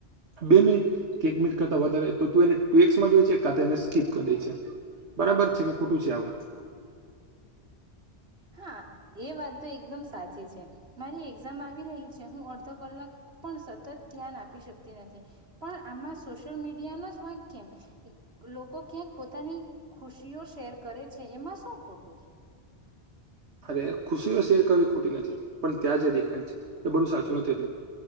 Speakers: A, on the right (about 80°); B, on the right (about 65°).
A: બે મિનિટ કે એક મિનિટ કરતાં વધારે તો તું એને ટેક્સમાં જોઈ છે કા તો એને સ્કીપ કરી દેય છે. બરાબર છે કે ખોટું છે આ વાત.
B: હા એ વાત તો એકદમ સાચી છે મારી એક્ઝામ આવી રહી છે હું અડધો કલાક પણ સતત ધ્યાન આપી શકતી નથી પણ આમાં સોશિયલ મીડિયા ન જ વાક કેમ? લોકો ક્યાંક પોતાની ખુશીઓ શેર કરે છે એમાં શું ખોટું છે.
A: અરે ખુશીઓ શેર કરવી ખોટી નથી પણ ત્યાં જે દેખાય છે એ બધું સાચું નથી હતું.